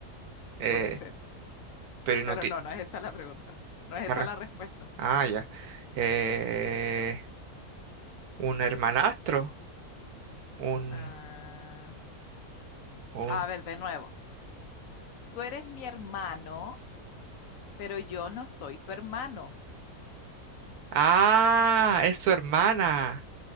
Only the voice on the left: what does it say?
puede ser,
pero
no, no es esa la pregunta. No es
esa
la respuesta.
Ah,
a ver, de nuevo. Tú eres mi hermano, pero yo no soy tu hermano.